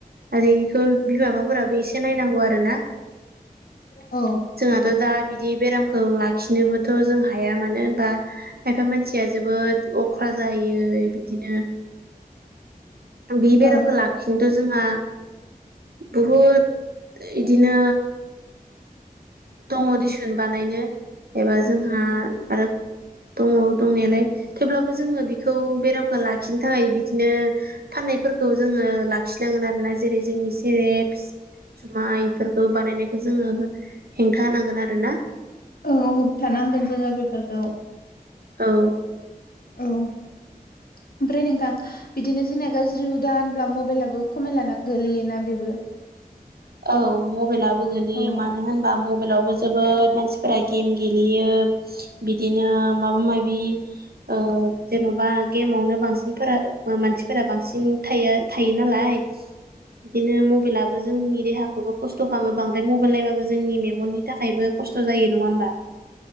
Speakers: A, on the right; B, on the left.
A: आरो इखौ बिमाफा फोराबो एसे नायनांगौ आरो ना।
B: औ।
A: जोंहाथ' दा बिदि बेरामखौ लाखिनोबोथ' जों हाया मानो होनबा। खायफा मानसिया जोबोद अख्रा जायो बिदिनो। बे बेरामखौ
B: औ
A: लाखिनोथ' जोंहा बहुद। इदिनो दङ दिसुन बानायनो। एबा जोंहा आरो। दङ दंनायालाय थेवब्लाबो जोङो बिखौ बेरामखौ लाखिनो थाखाय बिदिनो। फाननायफोरखौ जोङो लाखिनांगोन आरोना जेरै जोंनि सेरेप जुमाय। <unintelligible> बानायनायखौ जोङो हेंथा होनांगोन आरोना।
B: औ होबथानांगोन जोङो बेफोरखौ।
A: औ।
B: औ ओमफ्राय नोंथां। बिदिनो जोंनिया गाज्रि हुदा होनब्ला मबाइलाबो खमायलाना गोलैयोना बेबो।
A: औ मबाइलाबो गोलैयो
B: औ
A: मानो होनबा मबाइलावबो जोबोद मानसि। फोरा गेम गेलेयो बिदिनो माबा माबि। ओ जेन'बा गेमावनो बांसिनफोरा हुवा मानसिफोरा बांसिन। थायो थायो नालाय बिदिनो मबेइलाबो जोंनि देहाखौबो खस्थ' खामो बां <unintelligible> मबेइल नायबाबो जोंनि मेगननि थाखायबो खस्थ' जायो नङा होनबा?